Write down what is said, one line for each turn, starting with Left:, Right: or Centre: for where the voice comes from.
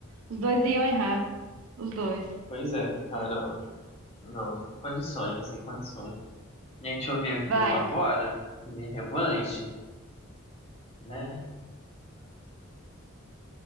Right: Os dois iam errar. Os dois.
Left: pois é, cara. Não, sem condições, sem condições. Gente, deixa eu ver aqui
Right: Vai,
Left: uma agora, de revanche, né?